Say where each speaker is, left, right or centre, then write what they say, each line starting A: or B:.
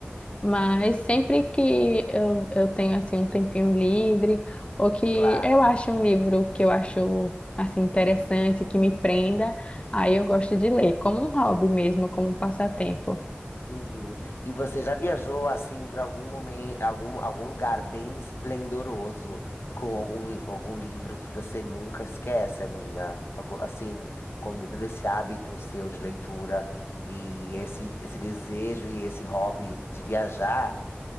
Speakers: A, on the left; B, on the left.
A: Mas sempre que eu, eu tenho assim um tempinho livre, ou que
B: claro.
A: eu acho um livro que eu acho assim interessante, que me prenda, aí eu gosto de ler, como um hobby mesmo, como um passatempo.
B: Uhum. E você já viajou assim para algum momento, algum, algum lugar bem esplendoroso com algum, algum livro que você nunca esquece, amiga? Algo- Assim, combinando esse hábito seu de leitura e esse, esse desejo e esse hobby de viajar,